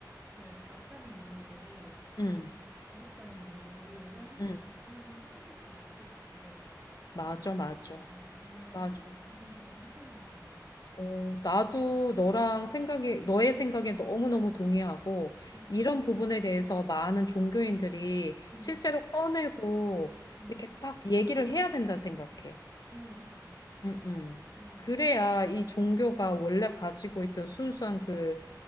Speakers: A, on the right; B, on the left.
A: 그 낫다는 이유로
B: 응,
A: 그러니까 가볍다는 이유로 이런 생각을
B: 응.
A: 은연중에 하게 될 수 있을 것 같아.
B: 맞아,
A: 기독교인이라면은
B: 맞아,
A: 그러니까 정말 조심해야겠다는
B: 맞아.
A: 생각이 또 한편으로 든다.
B: 어, 나도 너랑 생각이, 너의 생각에 너무너무 동의하고,
A: 음,
B: 이런 부분에 대해서 많은 종교인들이
A: 음,
B: 실제로 꺼내고,
A: 음.
B: 이렇게 딱 얘기를 해야 된다 생각해.
A: 그러니까,
B: 음, 음.
A: 어,
B: 그래야 이 종교가 원래 가지고 있던 순수한 그